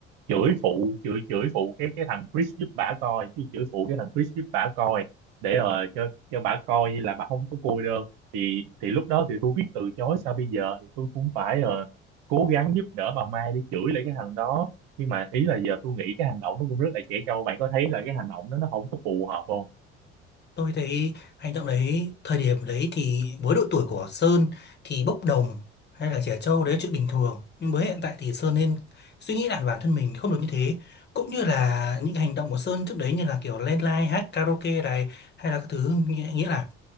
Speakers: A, on the right (about 60°); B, on the left (about 30°).
A: chửi phụ chửi chửi phụ cái cái thằng Chris giúp bả coi chứ chửi phụ cái thằng Chris giúp bả coi để ờ, cho cho bả coi như là bà không có cô đơn thì thì lúc đó thì tôi biết từ chối sao bây giờ thì tôi cũng phải ờ, cố gắng giúp đỡ bà Mai để chửi lại cái thằng đó nhưng mà ý là giờ tôi nghĩ cái hành động nó cũng rất là trẻ trâu bạn có thấy là cái hành động đó nó không có phù hợp không
B: Tôi thấy hành động đấy, thời điểm đấy thì với độ tuổi của Sơn thì bốc đồng hay là trẻ trâu đấy là chuyện bình thường. Nhưng với hiện tại thì Sơn nên suy nghĩ lại bản thân mình không được như thế. Cũng như là những hành động của Sơn trước đấy như là kiểu lên live hát karaoke này hay là các thứ nghĩa, nghĩa là